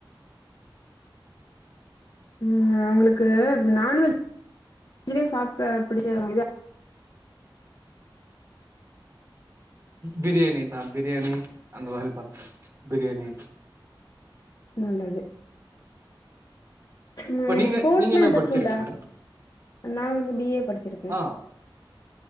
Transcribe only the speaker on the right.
பிரியாணி தான் பிரியாணி அந்த மாரி தான் பிரியாணி
நீங்க
நீங்க என்ன
படிச்சிருக்கீங்க
மேடம்
ஆ